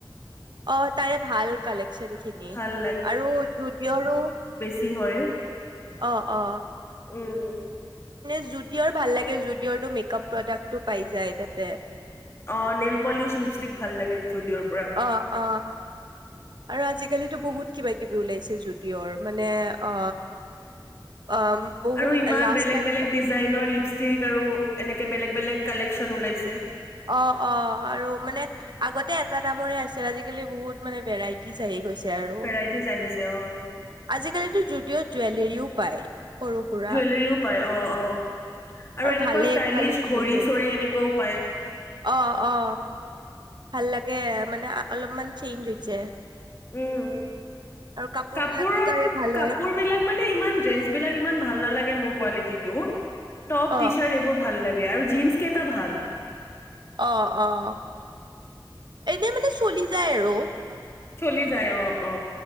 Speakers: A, on the right; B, on the left.
A: অ, তাৰে ভাল কালেকচন খিনি
B: ভাল
A: আৰু জুডিওৰো
B: কি হয়।
A: অ, অ।
B: উম,
A: মানে জুডিওৰ ভাল লাগে, জুডিওৰটো মেকআপ প্ৰডাক্টটো পাই যায় তাতে।
B: অ, নেলপলিছ, লিপষ্টিক ভাল লাগে। জুডিঅ'ৰ পৰা।
A: অ, অ, আৰু আজি আজিকালিতো বহুত কিবা কিবি ওলাইছে জুডিওৰ, মানে অ অ', বহুত
B: আৰু ইমান
A: লাষ্ট
B: বেলেগ
A: টাইম
B: বেলেগ ডিজাইনৰ লিপষ্টিক আৰু এনেকে বেলেগ বেলেগ কালেকচন ওলাইছে।
A: অ', অ', আৰু মানে আগতে এটা দামৰে আছিল আজিকালি বহুত মানে ভেৰাইটিজ আহি গৈছে আৰু
B: ভেৰাইটিজ আহিছে অ'
A: আজিকালিতো জুডিও জুৱেল হেৰিও পায়। সৰু সুৰা।
B: জুৱেলৰীও পায় অ, অ আৰু এনেকুৱা
A: ভালেই
B: ষ্টাইলিছ
A: কালেকচন
B: ঘড়ী-চৰি
A: বোৰ।
B: এনেকুৱাও পায়।
A: অ, অ। ভাল লাগে মানে অলপমান চেইঞ্জ হৈছে।
B: উম,
A: আৰু কাপোৰ
B: কাপোৰৰ
A: বিলাকতো তাৰে ভালে
B: কাপোৰ বিলাক মানে ইমান। ড্ৰেছ বিলাক ইমান ভাল নালাগে মোৰ কোৱালিতীটো। টপ,
A: অ'
B: টি-চাৰ্ট এইবোৰ ভাল লাগে। <unintelligible> আৰু জিন্স কেইটা ভাল।
A: অ', অ', এনে মানে চলি যায় আৰু।
B: চলি যায় অ, অ।